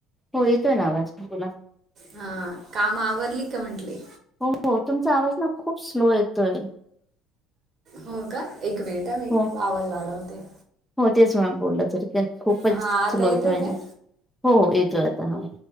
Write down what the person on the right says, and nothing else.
हा, काम आवरली का म्हंटले?
हो का एक मिनिट हं मी
आवाज वाढवते.
हा आता
काय